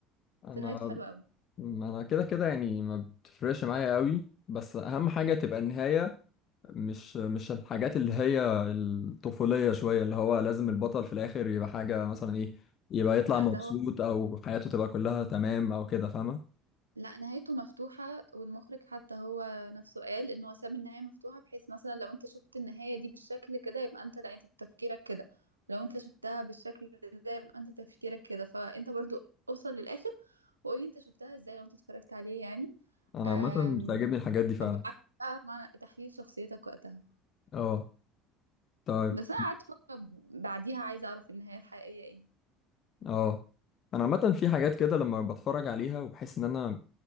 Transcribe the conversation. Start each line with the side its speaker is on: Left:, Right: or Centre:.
Left: أنا
Right: بس نهايته حلوة قوي
Left: ما انا كده كده يعني ما بتفرقش معايا قوي بس اهم حاجة تبقى النهاية مش مش الحاجات اللي هي الطفولية شوية اللي هو لازم البطل في الاخر يبقى حاجة مثلا ايه يبقى يطلع
Right: لا
Left: مبسوط
Right: ده
Left: او حياته تبقى كلها تمام او كده فاهمة
Right: لا نهايته مفتوحة والمخرج حتى هو نفسه قال ان هو ساب النهاية مفتوحة بحيث مثلا لو انت شفت النهاية دي بالشكل كده يبقى انت لا انت تفكيرك كده ولو انت شفتها بالشكل ده يبقى انت تفكيرك كده فانت برضو اوصل للاخر وقولي انت شفتها ازاي لو انت اتفرجت عليه يعني
Left: انا
Right: أم،
Left: عامة بتعجبني الحاجات دي فعلا
Right: وابعت بقى مع تحليل شخصيتك وقتها
Left: اه طيب
Right: بس انا قعدت فترة بعديها عايزة اعرف النهاية الحقيقية ايه
Left: اه انا عامة في حاجات كده لما بتفرج عليها وبحس ان انا